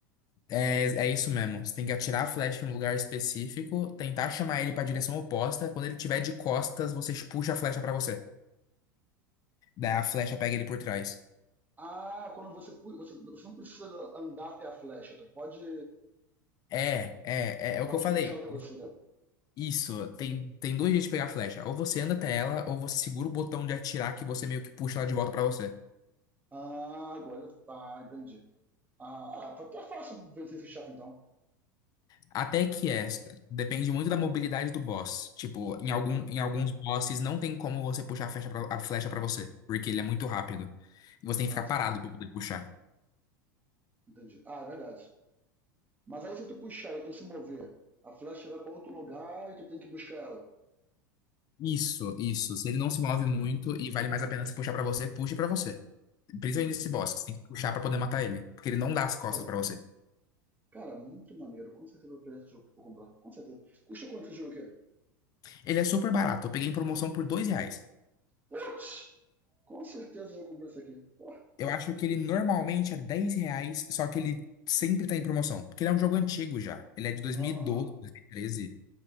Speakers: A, on the left; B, on the right.
A: É, é isso mesmo. Você tem que atirar a flecha em um lugar específico, tentar chamar ele pra direção oposta. Quando ele tiver de costas, você puxa a flecha pra você. Daí a flecha pega ele por trás.
B: Ah, quando você, pu- você, você não precisa andar até a flecha, tu pode,
A: É, é,
B: tu
A: é, é
B: pode
A: o que eu falei.
B: puxar ela pra você, né?
A: Isso, tem, tem dois jeitos de pegar a flecha. Ou você anda até ela, ou você segura o botão de atirar que você meio que puxa ela de volta pra você.
B: Ah, agora, tá, entendi. Ah, ah, tá, tá fácil vencer esse chefe então.
A: Até que é, depende muito da mobilidade do boss. Tipo, em algum,
B: É,
A: em alguns bosses não tem como você puxar a flecha pra, a flecha pra você, porque ele é muito rápido. Você tem que
B: ah,
A: ficar parado
B: tá,
A: pra poder puxar.
B: entendi. Ah, é verdade. Mas aí se tu puxar e tu se mover, a flecha vai pra outro lugar e tu tem que buscar ela.
A: Isso, isso. Se ele não se move muito e vale mais a pena se puxar pra você, puxe pra você. Principalmente
B: Entendi.
A: nesse boss, que você tem que puxar pra poder matar ele, porque ele não dá as costas
B: Cara,
A: pra você.
B: cara, muito maneiro. Com certeza eu vou pegar esse jogo pra comprar. Com certeza. Custa quanto esse jogo aqui?
A: Ele é super barato, eu peguei em promoção por dois reais.
B: Putz! Com certeza eu vou comprar esse aqui. Pô.
A: Eu acho que ele normalmente é 10 reais, só que ele sempre tá em promoção, porque ele é um jogo antigo já. Ele é de dois dois mil
B: Aham.
A: mil e doze dois mil e treze